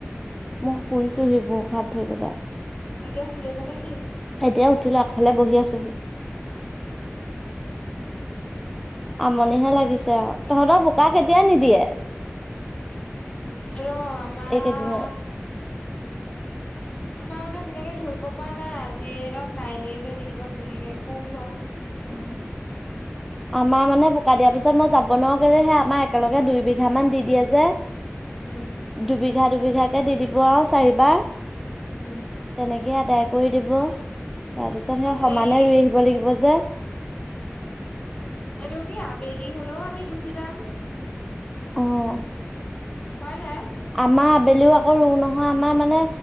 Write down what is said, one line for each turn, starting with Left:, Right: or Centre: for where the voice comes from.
Centre: মই শুনিছো সি ভোৰস হাত ধোই পেলাই।
Left: এহেতেও খুৰি আছে নেকি?
Centre: এতিয়া উঠি লয় আগফালে বহি আছোহি। আমনিহে লাগিছে আৰু তহঁতৰ বোকা কেতিয়া নিদিয়ে।
Left: ৰ আমাৰ
Centre: এইকেইদিনত?
Left: আমাৰ মানে তেনেকে ধৰিব পৰা নাই, আজিয়ে অ' কাইলে যে নিদিব তেনেকে কম বাৰু।
Centre: অ' আমাৰ মানে বোকা দিয়াৰ পিছত মই যাব নোৱাৰোঁ সেই আমাৰ। একেলগে দুইবিঘা মান দি দিয়ে যে
Left: উম
Centre: দুবিঘা, দুবিঘা। এনেকে দি দিব আৰু চাৰিবাৰ।
Left: উম।
Centre: তেনেকে আদায় কৰি দিব। তাৰপিছত, সেই
Left: এ হেৰি
Centre: সমানে ৰুই আহিব লাগিব যে।
Left: এইটো কি আবেলি হ'লেও আমি গুচি যাম।
Centre: অহ'
Left: হয় নাই।
Centre: আমাৰ আবেলিও আকৌ নহয়, আমাৰ মানে